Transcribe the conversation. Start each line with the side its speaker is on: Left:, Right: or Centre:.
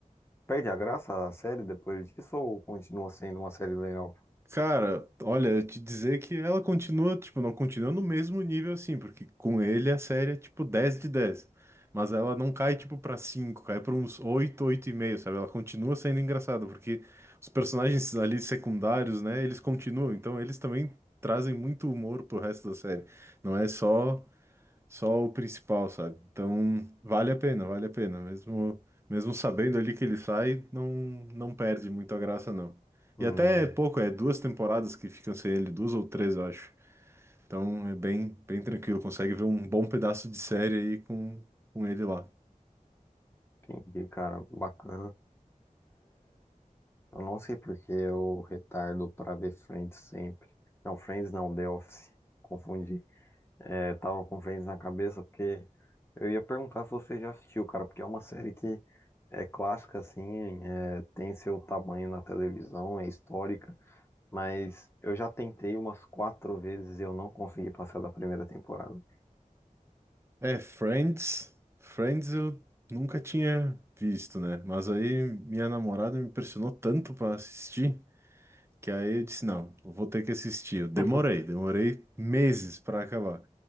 Left: Perde a graça a série depois disso ou continua sendo uma série legal?
Right: Cara, olha, eu te dizer que ela continua, tipo, não continua no mesmo nível assim, porque com ele a série é tipo dez de dez Mas ela não cai tipo pra cinco cai pra uns oito oito e meio sabe? Ela continua sendo engraçada, porque os personagens ali secundários, né, eles continuam, então eles também trazem muito humor pro resto da série. Não é só só o principal, sabe? Então, vale a pena, vale a pena. Mesmo, mesmo sabendo ali que ele sai, não, não perde muito a graça, não.
Left: Hum,
Right: E até é pouco, é duas temporadas que ficam sem ele, duas ou três, eu acho. Então é bem, bem tranquilo, consegue ver um bom pedaço de série aí com, com ele lá.
Left: entendi, cara. Bacana. Eu não sei porque eu retardo pra ver Friends sempre. Não, Friends não, The Office. Confundi. É, tava com Friends na cabeça porque eu ia perguntar se você já assistiu, cara, porque é uma série que é clássica, assim, é, tem seu tamanho na televisão, é histórica. Mas eu já tentei umas quatro vezes e eu não consegui passar da primeira temporada.
Right: É, Friends. Friends eu nunca tinha visto, né? Mas aí minha namorada me pressionou tanto pra assistir que aí eu disse: não, eu vou ter que assistir. Eu demorei,
Left: <laughs>
Right: demorei meses pra acabar.